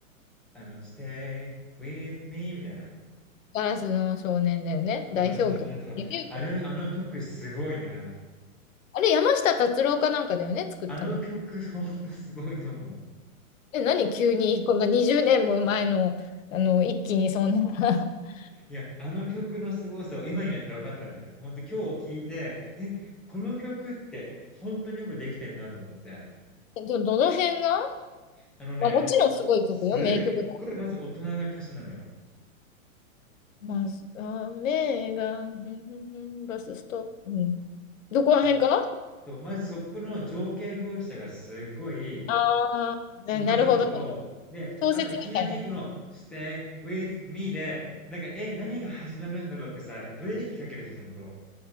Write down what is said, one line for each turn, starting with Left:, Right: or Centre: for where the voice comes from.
Centre: あの、Stay with me みたいな。
Left: ガラスの少年だよね。
Centre: そう、
Left: 代表曲。
Centre: ガラスの少年とか。
Left: デビュー曲。
Centre: あれ、あの曲すごいね。
Left: あれ、山下達郎かなんかだよね、作ったの。
Centre: あの曲、ほんとすごいと思
Left: え、何急に、こんな20年も前の、あの、一気にそんな <laughs>
Centre: う。いや、あの曲のすごさを今になって分かったんだよ。ほんと今日聞いて、え、この曲って本当によくできてんなと思って。
Left: えど、どの辺が、
Centre: あのね、
Left: まあ、もちろんすごい曲よ、
Centre: すっ
Left: 名曲だ。
Centre: ごいまず大人な歌詞なのよ。
Left: まず、雨が、ふんふんふんバスストップ。うんどこら辺かな
Centre: そう。そう、まずそこの情景描写がすごい
Left: あー、ななるほど。
Centre: 上手いのと、で、
Left: 小説みたいな。
Centre: あといきなりこの「Stay with me」で、なんか、え、何が始まるんだろうってさ、ブレーキかけるじゃん、ちゃんと。